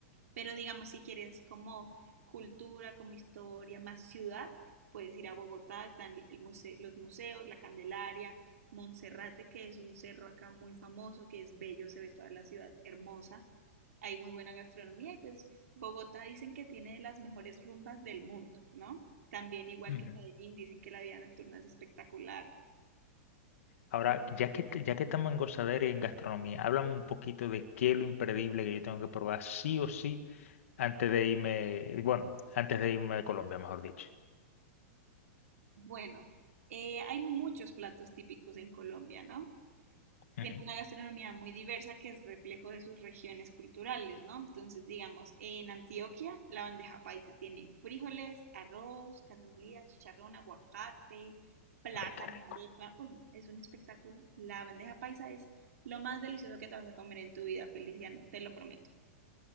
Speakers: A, on the right; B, on the left.
A: Pero digamos, si quieres como cultura, como historia, más ciudad, puedes ir a Bogotá, están el muse los museos, la Candelaria, Monserrate, que es un cerro acá muy famoso, que es bello, se ve toda la ciudad hermosa, hay muy buena gastronomía y pues Bogotá dicen que tiene de las mejores rumbas del mundo, ¿no? También igual
B: Ujú.
A: que Medellín, dicen que la vida nocturna es espectacular.
B: Ahora, ya que, ya que estamos en gozadera y en gastronomía, háblame un poquito de qué es lo imperdible que yo tengo que probar sí o sí antes de irme, bueno, antes de irme de Colombia, mejor dicho.
A: Bueno, eh, hay muchos platos típicos en Colombia, ¿no? tiene
B: Ujú.
A: una gastronomía muy diversa que es reflejo de sus regiones culturales, ¿no? Entonces, digamos, en Antioquia la bandeja paisa tiene frijoles, arroz, carne molida, chicharrón, aguacate, plátano,
B: Ay, qué rico.
A: arepa. Uy, no, es un espectáculo. La bandeja paisa es lo más delicioso que te vas a comer en tu vida, Feliciano, te lo prometo.